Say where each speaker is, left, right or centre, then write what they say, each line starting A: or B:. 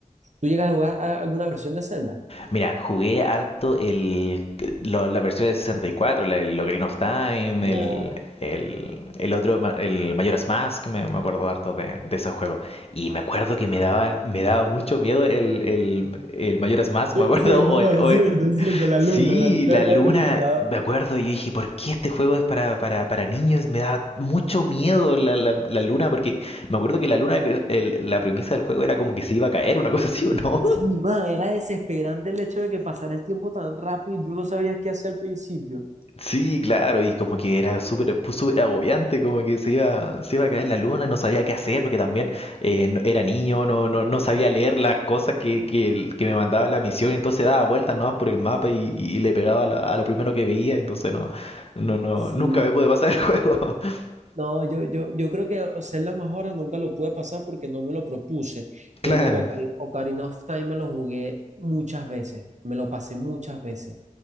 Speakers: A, on the right; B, on the left.
A: ¿Tú llegas a jugar a- alguna versión de Zelda?
B: Mira, jugué harto el, lo- la versión de 64, la, el Ocarina of Time,
A: Wow.
B: el, el, el otro, ma- el Majora's Mask, me, me acuerdo harto de, de ese juego. Y me acuerdo que me daba, me daba mucho miedo el, el, el Majora's Mask,
A: Es
B: me acuerdo,
A: Cierto,
B: <laughs> o
A: no,
B: el,
A: es
B: o el-
A: cierto, es cierto. La
B: sí,
A: luna, la luna
B: la
A: era
B: luna,
A: un entrenador.
B: me acuerdo, y yo dije, ¿por qué este juego es para, para, para niños? Me daba mucho miedo la, la, la luna, porque me acuerdo que la luna, el- la premisa del juego era como que se iba a caer, una cosa así, ¿o no?
A: Sí, man, era desesperante el hecho de que pasara el tiempo tan rápido y tú no sabías qué hacer al principio.
B: Sí, claro, y como que era súper pues, súper agobiante, como que se iba, se iba a caer la luna y no sabía qué hacer, porque también eh, no- era niño, no, no, no sabía leer las cosas que, que, el- que me mandaba la misión, entonces daba vueltas nomás por el mapa y, y le pegaba a la- a lo primero que veía, entonces no, no, no,
A: Sí.
B: nunca me pude pasar el juego. <laughs>
A: No, yo, yo, yo creo que ser las más horas nunca lo pude pasar porque no me lo propuse,
B: Claro.
A: pero Ocari- Ocarina of Time me lo jugué muchas veces, me lo pasé muchas veces.